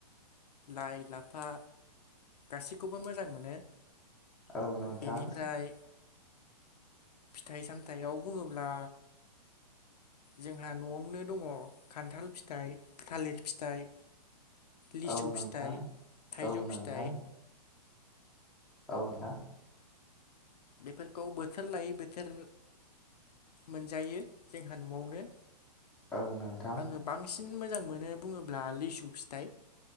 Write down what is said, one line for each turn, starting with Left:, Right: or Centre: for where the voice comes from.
Left: लाइ ला फा गासिखौबो मोजां मोनो।
Centre: औ नोंथां
Left: बेनिफ्राय फिथाइ सामथाइयाव बुङोब्ला जोंहा न'आवनो दङ खान्थाल फिथाइ थालिर फिथाइ लिसु
Centre: औ नोंथां
Left: फिथाइ थाइजौ
Centre: औ नोंथां
Left: फिथाइ
Centre: औ नोंथां
Left: बेफोरखौ बोथोर लायै बोथोर मोनजायो जोंहा न'आवनो
Centre: औ नोंथां
Left: आङो बांसिन मोजां मोनो बुङोब्ला लिसु फिथाइ